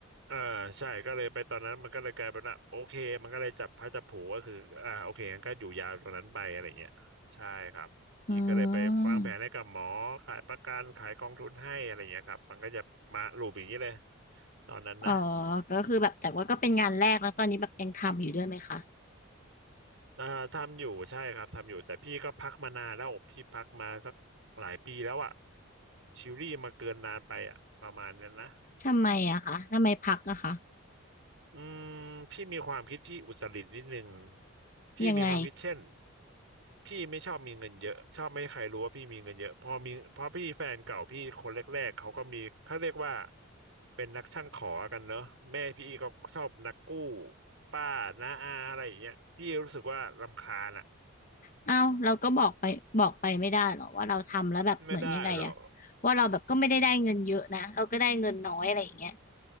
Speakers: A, on the right (about 65°); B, on the left (about 35°).
A: อ่าใช่ก็เลยไปตอนนั้นมันก็เลยกลายเป็นว่าโอเคมันก็เลยจับพระจับผลูก็คืออ่าโอเคงั้นก็อยู่ยาวตรงนั้นไปอะไรเงี้ยใช่ครับพี่ก็เลยไปวางแผนให้กับหมอขายประกันขายกองทุนให้อะไรเงี้ยครับมันก็จะมาลูปอย่างนี้เลย
B: อืม
A: ตอนนั้นนะ
B: อ๋อก็คือแบบแต่ว่าก็เป็นงานแรกแล้วตอนนี้แบบยังทำอยู่ด้วยไหมคะ
A: เอ่อทำอยู่ใช่ครับทำอยู่แต่พี่ก็พักมานานแล้วพี่พักมาสักหลายปีแล้วอะชิลลี่มาเกินนานไปอะประมาณนั้นนะ
B: ทำไมอะคะทำไมพักอะคะ
A: อืมพี่มีความคิดที่อุตรินิดนึงพี่มีความคิดเช่น
B: ยังไง
A: พี่ไม่ชอบมีเงินเยอะชอบไม่ให้ใครรู้ว่าพี่มีเงินเยอะพอมีพอพี่แฟนเก่าพี่คนแรกๆเขาก็มีเขาเรียกว่าเป็นนักช่างขอกันเนอะแม่พี่ก็ชอบนักกู้ป้าน้าอาอะไรอย่างเงี้ยพี่รู้สึกว่ารำคาญอ่ะ
B: เอ้าเราก็บอกไปบอกไปไม่ได้เหรอว่าเราทำแล้วแบบเหมือนยังไงอะ
A: ไม่ได้หรอก
B: ว่าเราแบบก็ไม่ได้ได้เงินเยอะนะเราก็ได้เงินน้อยอะไรอย่างเงี้ย